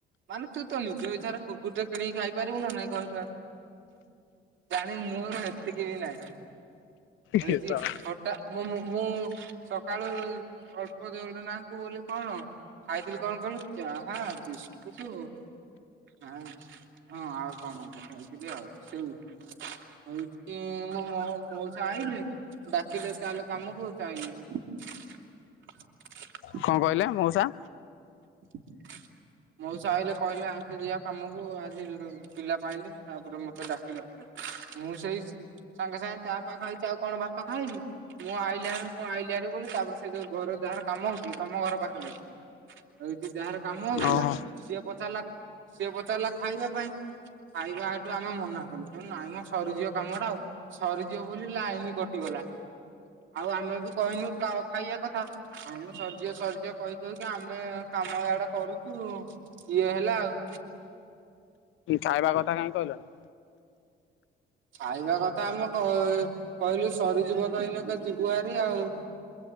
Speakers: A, on the right; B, on the left.
A: ମାନେ ତୁ ତ ନିଜ ଇଚ୍ଛାରେ କୁକୁରଟେ କିଣିକି ଖାଇପାରିବୁ ନା ନାହିଁ କହିଲୁ ଆଗ ଜାଣି ମୋର ହେତି କି ବି ନାହିଁ। ହେଉଛି
B: କି କଣ
A: ହଠା ମୁଁ ମୁଁ ସକାଳୁ ଅଳ୍ପ ଦେଉଟ ନାକୁ ବୋଲି କଣ ଖାଇଥିଲି କଣ କହିଲୁ ଚାହା ବିସ୍କୁଟୁ ନାଇଁ ହଁ ଆଉ କଣ ଗୋଟେ ଖାଇଥିଲି ଆଉ ସେଓ। ହଉଛି ମୁଁ ମୋ ମଉସା ଆଇଲେ ଡାକିଲେ ଚାଲ କାମକୁ ଚାଇଲି। <unintelligible>
B: କଣ କହିଲେ ମଉସା?
A: <unintelligible> ମଉସା ଆଇଲେ କହିଲେ ଆସେ ଯିବା କାମକୁ ଆଜି ପିଲା ପାଇଲିନି ତାପରେ ମତେ ଡାକିଲା ମୁଁ ସେଇ ସ-ସାଙ୍ଗେ ସାଙ୍ଗେ ଚା ପା ଖାଇଛି ଆଉ କଣ ଭାତ ଖାଇବି, ମୁଁ ଆଇଲି ହେରି ମୁଁ ଆଇ ତିଆରି କଲି ତାପରେ ସେ ଯୋଉ ଘର ଯାହାର କାମ ହଉଛି ତମ ଘର ପାଖରେ ହଉଛି। ହଉଛି ଯାହାର କାମ ହଉଥିଲା
B: ଓହୋ।
A: ସିଏ ପଚାରିଲା ସିଏ ପଚାରିଲା ଖାଇବା ପାଇଁ? ଖାଇବା ହେତୁ ଆମେ ମନା କଲୁ କଣ ନାଇଁମ ସରିଯିବ କାମ ଟା ଆଉ ସରିଯିବ ବୋଲି ଲାଇନ କଟିଗଲା। ଗଲା। ଆଉ ଆମେ ବି କହିନୁ କା ଖାଇବା କଥା କାମ ସରିଯିବ ସରିଯିବ କହି କହିକି ଆମେ କାମ ୟାଡେ କରୁଛୁ ଇଏ ହେଲା ଆଉ।
B: ଖାଇବା କଥା କାଇଁ କହିଲନି?
A: ଖାଇବା କଥା ଆମ କ-କହିଲୁ ସରିଯିବ ତ ଏଇନ କେ ଯିବୁ ଆରି ଆଉ। <inaudible>